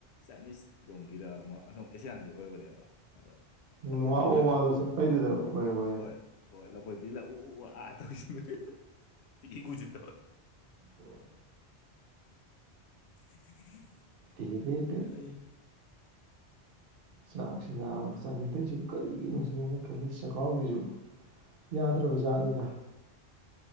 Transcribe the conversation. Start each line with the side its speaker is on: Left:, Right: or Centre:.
Left: ꯆꯥꯏꯅꯤꯁꯂꯣꯝꯒꯤꯔ ꯑꯃꯨꯛ ꯑꯁꯣꯝ ꯑꯦꯁꯤꯌꯥꯟꯗꯤ ꯑꯣꯏꯕꯅꯦꯕ ꯑꯗ ꯂꯐꯣꯏ
Right: ꯎ ꯋꯥ
Left: ꯄꯤꯜꯂꯒ
Right: ꯋꯥ ꯃꯥꯗ ꯆꯠꯄꯥꯏꯗꯨꯗ ꯑꯣꯏ ꯋꯥ
Left: ꯍꯣꯏ ꯍꯣꯏ ꯂꯐꯣꯏꯕꯤꯤ ꯂꯎ ꯑꯥ ꯇꯧꯁꯤꯇꯤ ꯎꯁꯤꯠꯇꯕ
Right: ꯍ
Left: <unintelligible>
Right: ꯇꯤꯔ‌ꯦꯇ‌ꯦ
Left: ꯍꯩ
Right: ꯆꯥꯛꯁꯤ ꯅꯥ ꯆꯥꯅꯤꯡꯗꯁꯤꯁꯨ ꯀꯔꯤꯒꯤꯅꯣꯁꯤꯅꯦꯅ ꯈꯜꯂꯤ ꯆꯥꯛꯈꯥꯎꯈꯤꯁꯨ ꯌꯥꯗ꯭ꯔꯕ ꯖꯥꯠꯅꯤꯗ